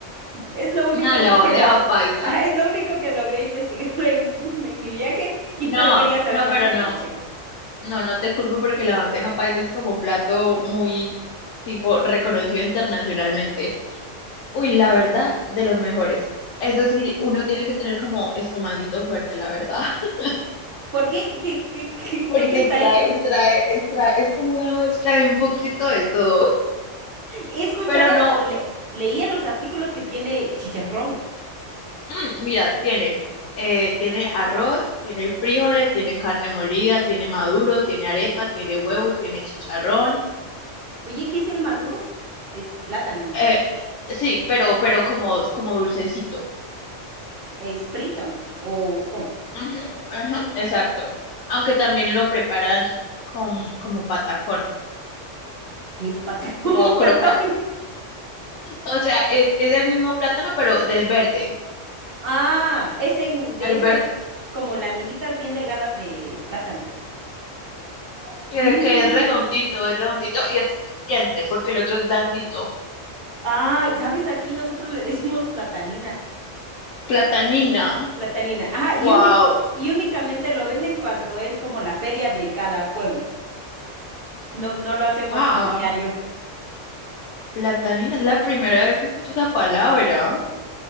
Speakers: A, on the right; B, on the left.
A: Es lo único
B: Ah, la bandeja
A: que lo-
B: paisa.
A: ajá, es lo único que logré investigar <laughs> en, en mi viaje, y
B: No,
A: pero quería saber
B: no,
A: más
B: pero
A: información.
B: no, no, no te culpo porque la bandeja paisa es como un plato muy tipo reconocido internacionalmente. Uy, la verdad, de los mejores. Eso sí, uno tiene que tener como estomaguito fuerte, la verdad, <laughs>
A: ¿Por qué? ¿Qué, qué, qué?
B: porque
A: de qué está
B: trae,
A: hecho?
B: trae, trae, es como una mezcla de un poquito de todo.
A: He escuchado
B: Pero no,
A: o le, leí en los artículos que tiene chicharrón.
B: mm, mira, tiene, eh, tiene arroz, tiene frijoles, tiene carne molida, tiene maduro, tiene arepa, tiene huevo, tiene chicharrón.
A: Oye, ¿qué es el maduro? ¿Es plátano, no?
B: Eh, sí, pero, pero como, como dulcecito.
A: ¿Es frito, no? ¿O cómo?
B: Ujú, ajá, exacto. Aunque también lo preparan con, como patacón
A: ¿Qué es patacón?
B: como
A: <laughs>
B: crocan-
A: Perdón.
B: O sea, es, es el mismo plátano, pero del verde.
A: Ah, es en de
B: El
A: esas
B: verde,
A: como laminitas bien delgadas de plátano.
B: que,
A: Mm.
B: que es redondito, es redondito y es crujiente, porque el otro es blandito.
A: Ah, ¿sabes? Aquí nosotros le decimos platanina.
B: Platanina.
A: Platanina. Ajá,
B: Wow.
A: y, uni- y únicamente lo venden cuando es como la feria de cada pueblo. No, no lo hacemos
B: Ah,
A: como diario.
B: platanina es la primera vez que escucho esa palabra.